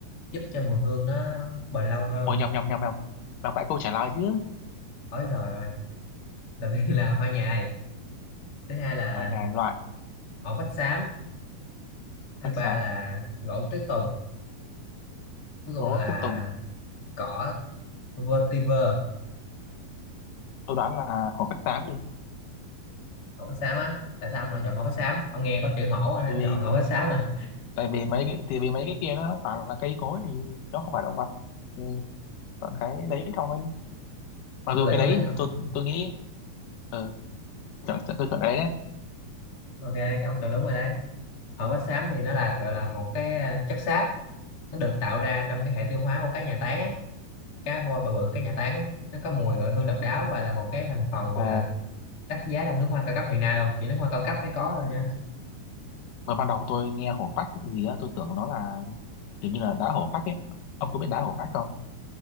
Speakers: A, on the left; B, on the left.
A: giúp cho mùi hương nó bền lâu hơn.
B: ôi nhầm nhầm nhầm nhầm đọc lại câu trả lời chứ
A: Ôi giời ơi, đầu tiên là hoa nhài, thứ hai là
B: Ở nhà loại
A: hổ phách xám
B: hổ
A: thứ
B: phách
A: ba
B: xám
A: là gỗ tuyết tùng cuối cùng
B: gỗ
A: là
B: tuyết tùng
A: cỏ vetiver
B: tôi đoán là hổ phách xám đi
A: hổ phách xám á tại sao ông lại chọn hổ phách xám ông nghe có chữ hổ nên
B: ừ
A: chọn hổ phách xám à
B: tại vì mấy cái thì vì mấy cái kia nó toàn là cây cối thì nó không phải động vật thì chọn cái đấy thôi mặc
A: tôi
B: dù
A: tưởng
B: cái đấy
A: luôn ông
B: tôi tôi nghĩ ừ, chọn, chọn, tôi chọn cái đấy đấy
A: ok cái ông chọn đúng rồi đấy hổ phách xám thì nó là gọi là một cái ờ, chất xáp nó được tạo ra trong cái hệ tiêu hóa của cá nhà tán á cá voi bự bự cá nhà tán ấy nó có mùi gọi hương độc đáo và là một cái thành phần gọi
B: Ờ,
A: là đắt giá trong nước hoa cao cấp hiện nay luôn chỉ nước hoa cao cấp mới có thôi nha
B: mà ban đầu tôi nghe hổ phách gì á tôi tưởng nó là kiểu như là đá hổ phách ấy ông có biết đá hổ phách không